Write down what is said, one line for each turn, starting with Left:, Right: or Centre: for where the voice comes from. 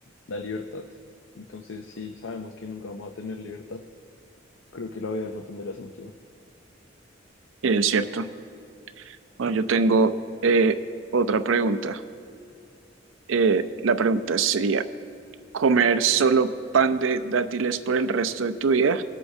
Left: la libertad. Entonces, si sabemos que nunca vamos a tener libertad, creo que la vida no tendría sentido.
Right: Es cierto. Bueno, yo tengo eh, otra pregunta. Eh, la pregunta sería, ¿comer solo pan de dátiles por el resto de tu vida